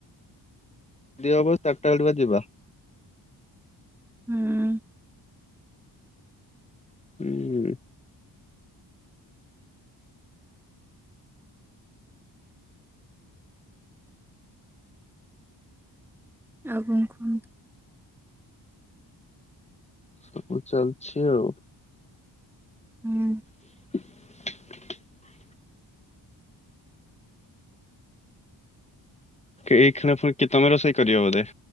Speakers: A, on the left (about 15°); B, in the centre.
A: ଦି ହବ ଚାରିଟା ବଳୁଆ ଯିବା।
B: ହୁଁ
A: ଉ ହୁଁ।
B: ଆଉ କଣ କୁହନ୍ତୁ?
A: କାମ ଚାଲିଛି ଆଉ
B: ହୁଁ
A: <unintelligible> ଏଇ କ୍ଷଣୀ କି ତମେ ରୋଷେଇ କରିବ ବୋଧେ?